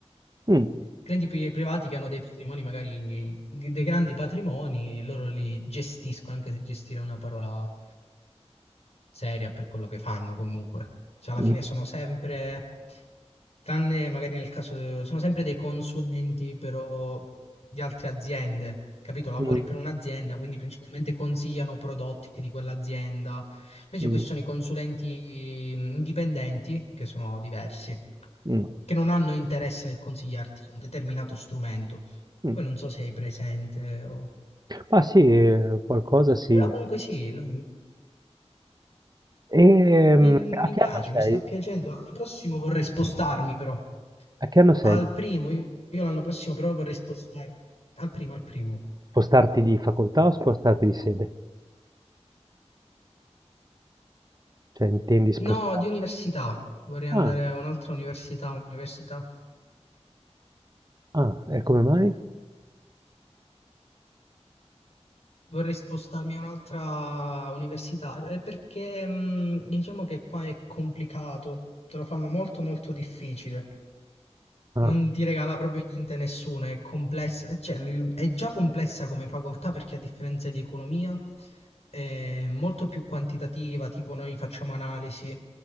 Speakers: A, on the right; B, on the left.
A: Mm,
B: Clienti pri- privati che hanno dei patrimoni, magari dei grandi patrimoni, loro li gestiscono, anche se gestire è una parola seria per quello che fanno comunque. Cioè, alla
A: mm,
B: fine sono sempre, tranne magari nel caso, sono sempre dei consulenti però di altre aziende, capito? Lavori
A: mm,
B: per un'azienda, quindi principalmente consigliano prodotti di quell'azienda. Invece
A: mm,
B: poi ci sono i consulenti mm, indipendenti, che sono diversi,
A: mm,
B: che non hanno interesse nel consigliarti un determinato strumento.
A: mm.
B: Poi non so se hai presente o...
A: Ma sì, eh, qualcosa sì.
B: Però comunque sì, no?
A: E,
B: Mi,
A: mm,
B: mi
A: a che
B: piace,
A: anno sei?
B: mi sta piacendo. L'anno prossimo vorrei spostarmi però.
A: A che anno sei?
B: Al primo, io io l'anno prossimo però vorrei spostarmi. Al primo, al primo.
A: Spostarti di facoltà o spostarti di sede? Cioè intendi sposta
B: No, di università. Vorrei andare
A: ah,
B: a un'altra università, un'università.
A: ah, e come mai?
B: Vorrei spostarmi a un'altra università eh, perché mh, diciamo che qua è complicato, te lo fanno molto molto difficile.
A: Ah,
B: Non ti regala proprio niente nessuno, è complessa, cioè, l- è già complessa come facoltà perché a differenza di economia è molto più quantitativa, tipo noi facciamo analisi,